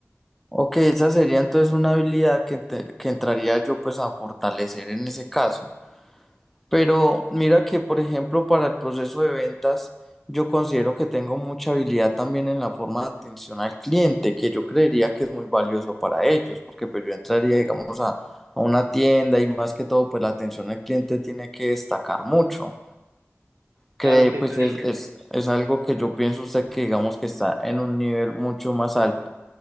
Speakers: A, in the centre; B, on the right.
A: Ok, esa sería entonces una habilidad que, te- que entraría yo pues a fortalecer en ese caso. Pero mira que, por ejemplo, para el proceso de ventas, yo considero que tengo mucha habilidad también en la forma de atención al cliente, que yo creería que es muy valioso para ellos, porque pues yo entraría, digamos, a, a una tienda y más que todo, pues la atención al cliente tiene que destacar mucho que
B: Claro que
A: pues
B: sí,
A: es, es, es algo que yo pienso usted que digamos que está en un nivel mucho más alto.